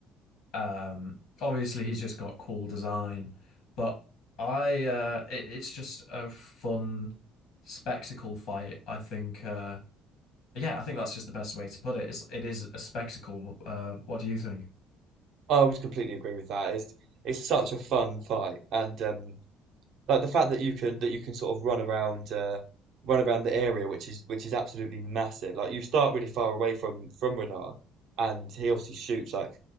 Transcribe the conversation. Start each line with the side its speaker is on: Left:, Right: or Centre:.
Left: um, obviously he's just got cool design, but I uh, it, it's just a fun spectacle fight. I think uh, yeah, I think that's just the best way to put it. It's, it is a spectacle. Uh, what do you think?
Right: I would completely agree with that. It's it's such a fun fight, and um, Like the fact that you can that you can sort of run around uh run around the area which is which is absolutely massive. Like you start really far away from from Renan and he obviously shoots like